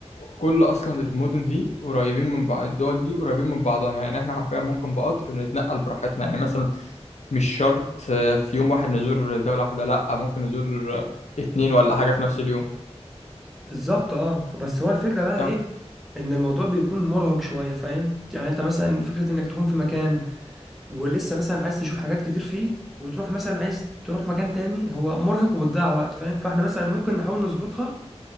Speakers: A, on the left; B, in the centre.
A: كل اصلا المدن دي قريبين من بعض الدول دي قريبين من بعضها يعني احنا حرفيا ممكن بقطر نتنقل براحتنا يعني مثلا مش شرط آه، في يوم واحد نزور دولة واحدة لا ممكن نزور آه، اتنين ولا حاجة في نفس اليوم
B: بالظبط اه بس هو الفكره بقى
A: طب
B: ايه ان الموضوع بيكون مرهق شويه فاهم يعني انت مثلا فكره انك تكون في مكان ولسه مثلا عايز تشوف حاجات كتير فيه وتروح مثلا عايز تروح مكان تاني هو مرهق وبتضيع وقت فاهم فاحنا مثلا ممكن نحاول نظبطها